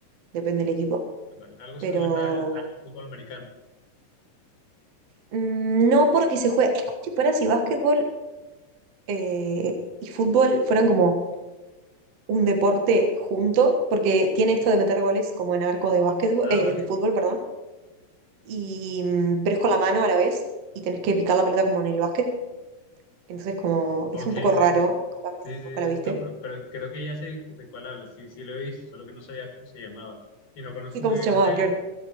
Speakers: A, on the right (about 55°); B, on the left (about 65°).
A: depende del equipo.
B: Ah, Vale, Algo
A: Pero
B: similar al, al fútbol americano.
A: mm, no porque se juegue, es como si fuera si básquetbol eh, y fútbol fueran como un deporte junto, porque tiene esto de meter goles como en arco de básquetbol,
B: Ah,
A: eh,
B: vale.
A: de fútbol, perdón, y, mm, pero es con la mano a la vez y tenés que picar la pelota como en el básquet, entonces como
B: Ok,
A: es un
B: sí,
A: poco raro,
B: sí.
A: capaz
B: Sí,
A: que si
B: sí.
A: nunca la viste.
B: sí. No, pero, pero creo que ya sé de cuál hablas. Sí, sí lo he visto, solo que no sabía cómo se llamaba. Y no conozco
A: Sí,
B: muy
A: ¿cómo
B: bien
A: se llamaba?
B: las reglas.
A: Claro.